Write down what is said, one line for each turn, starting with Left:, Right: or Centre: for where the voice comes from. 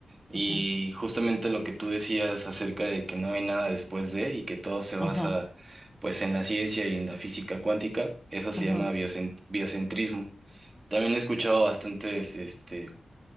Right: Y
Centre: ujú,
Right: justamente lo que tú decías acerca de que no hay nada después de y que todo se basa
Centre: ujú,
Right: pues en la ciencia y en la física cuántica, eso se
Centre: ujú.
Right: llama biocen- biocentrismo. También he escuchado bastantes este